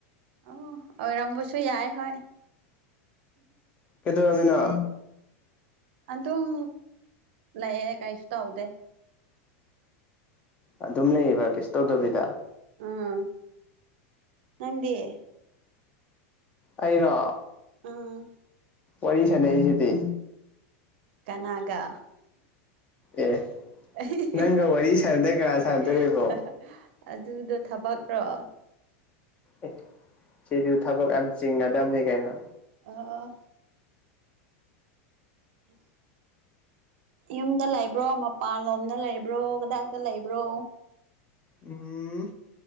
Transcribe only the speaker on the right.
ꯑꯣ ꯑꯣꯏꯔꯝꯕꯁꯨ ꯌꯥꯏ ꯍꯣꯏ
ꯑꯩ ꯑꯗꯨꯝ ꯂꯥꯛꯑꯦ ꯀꯩꯁꯨ ꯇꯧꯗꯦ
ꯎꯝ ꯅꯒꯦꯦ
ꯑꯥ
ꯀꯅꯥꯒ
<inaudible>
ꯑꯗꯨꯗꯣ ꯊꯕꯛꯔꯣ
ꯑ ꯎꯝ ꯌꯨꯝꯗ ꯂꯩꯕ꯭ꯔꯣ ꯃꯄꯥꯟꯂꯣꯝꯗ ꯂꯩꯕ꯭ꯔꯣ ꯀꯗꯥꯏꯗ ꯂꯩꯕ꯭ꯔꯣ